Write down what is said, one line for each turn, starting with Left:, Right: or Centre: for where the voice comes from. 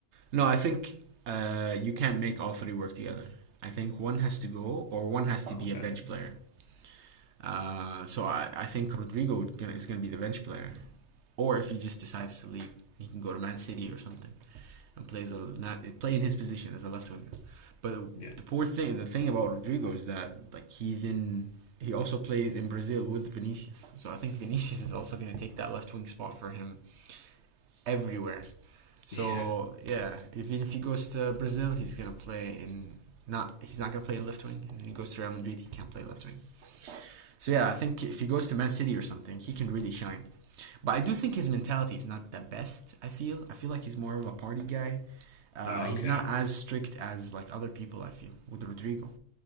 Right: No, I think uh, you can't make all three work together. I think one has to go, or one has to
Left: Okay,
Right: be a bench player. Uh, so I, I think Rodrigo is going to be the bench player, or if he just decides to leave, he can go to Man City or something. and plays a not play in his position as a left winger. But
Left: yeah,
Right: the poor thing, the thing about Rodrigo is that like he's in. He also plays in Brazil with Vinicius, so I think Vinicius is also going to take that left wing spot for him everywhere. So
Left: <laughs> yeah,
Right: yeah, even if he goes to Brazil, he's going to play in not. He's not going to play in left wing, and if he goes to Real Madrid, he can't play left wing. So yeah, I think if he goes to Man City or something, he can really shine. But I do think his mentality is not the best. I feel I feel like he's more of a party guy. Uh,
Left: no,
Right: he's
Left: okay,
Right: not as strict as like other people. I feel with Rodrigo.